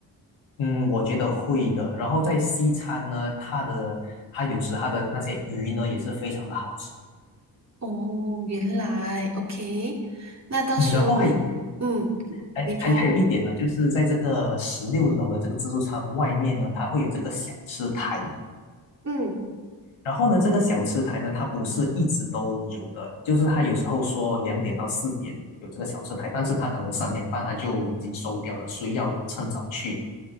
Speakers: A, on the left; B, on the right.
A: 嗯，我觉得会的。然后在西餐呢，它的它有时它的那些鱼呢也是非常的好吃。
B: 哦，原来，OK，那到时候我，
A: 嗯，然后还有
B: 嗯，
A: 还还还有一点呢，
B: 你说，
A: 就是在这个十六楼的这个自助餐外面呢，它会有这个小吃台。
B: 嗯，
A: 然后呢，这个小吃台呢，它不是一直都有的，就是它有时候说两点到四点有这个小吃台，但是它可能三点半它就已经收掉了，所以要趁早去。